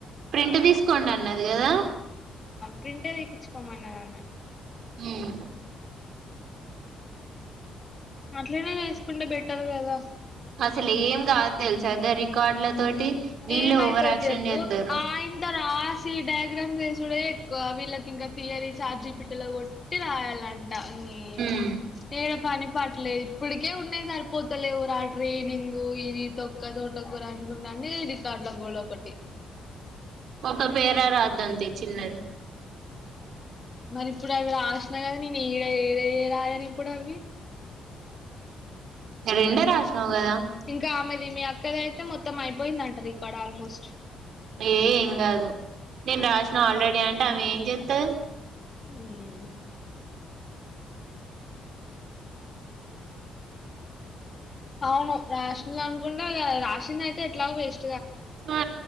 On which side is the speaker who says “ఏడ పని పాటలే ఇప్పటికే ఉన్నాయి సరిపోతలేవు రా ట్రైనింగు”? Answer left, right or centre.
Left